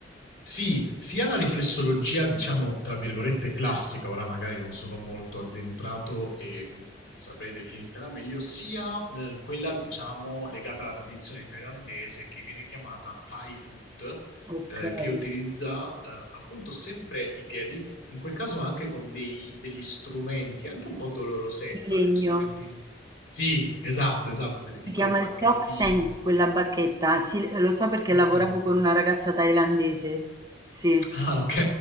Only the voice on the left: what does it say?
Sì, sia la riflessologia, diciamo, tra virgolette classica, ora magari non sono molto addentrato e non, non saprei definirtela meglio, sia eh, quella, diciamo, legata alla tradizione thailandese che viene chiamata Thai foot,
eh, che utilizza eh, appunto sempre i piedi, in quel caso anche con dei- degli strumenti, anche un po' dolorosetta,
degli strumenti... Sì, esatto, esatto, delle
piccole
bacchettine.
Ok.
Ah, ok,